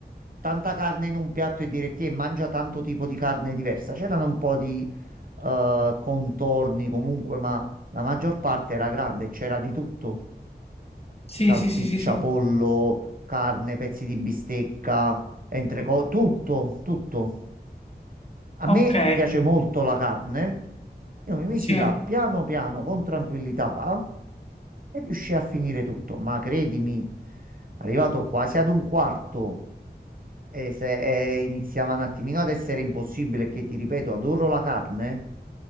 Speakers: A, on the right (about 55°); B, on the left (about 35°).
A: tanta carne in un piatto e dire ti mangia tanto tipo di carne diversa. C'erano un po' di eh, contorni comunque, ma la maggior parte era grande, c'era di tutto,
B: Sì,
A: salsiccia,
B: sì, sì, sì, sì.
A: pollo, carne, pezzi di bistecca, entrecot, tutto, tutto. A me
B: Ok,
A: piace molto la carne. Io mi misi
B: sì,
A: là piano piano con tranquillità e riuscii a finire tutto. Ma credimi, arrivato quasi ad un quarto e se e iniziava un attimino ad essere impossibile, che ti ripeto, adoro la carne,